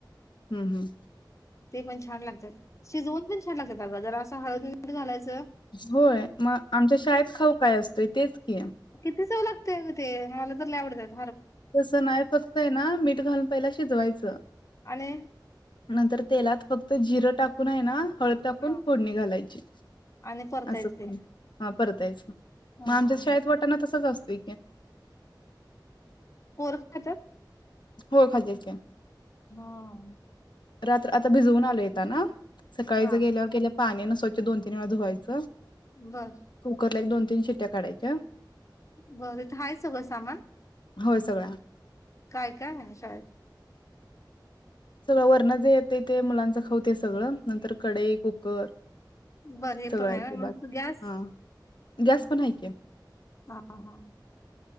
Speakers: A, on the left; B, on the left.
A: हम्म हम्म
B: ते पण छान लागतात शिजवून पण छान लागतात आगं जरा असं हळद मीठ तेन घालायच
A: होय मग आमच्या शाळेत खाऊ काय असतोय तेच की
B: <inaudible> लय चव लागतंय मला तर लय आवडत्यात
A: तसं नाही फक्त आहे ना मीठ घालून पहिला शिजवायचं
B: आणि
A: नंतर तेलात फक्त जिरं टाकून आहे ना हळद टाकून
B: हा.
A: फोडणी घालायची
B: आणि परतायच
A: असं
B: ते
A: परतायचं
B: हा
A: मग आमच्या
B: हा
A: शाळेत वाटाणा तसंच असतो <inaudible>
B: पोर खात्यात
A: होय खात्यात की
B: हा.
A: रात्र आता भिजऊन आलोय एताना सकाळीच
B: हा
A: गेल्या गेल्या पाण्याने स्वच्छ दोन तीन वेळा धुवायचं
B: बर
A: कुकरला एक दोन तीन शिंट्या काढायच्या
B: बरंत हाय सगळं सामान
A: होय सगळ
B: काय काय हाय शाळेत
A: सगळं वरण जे येतंय ते मुलांच खाऊते सगळं नंतर कडेई कुकर
B: बर हे
A: सगळं
B: पण आहे
A: ते
B: ना
A: बाकी
B: मग तो गॅस
A: हा गॅस पण आहे की
B: हा हा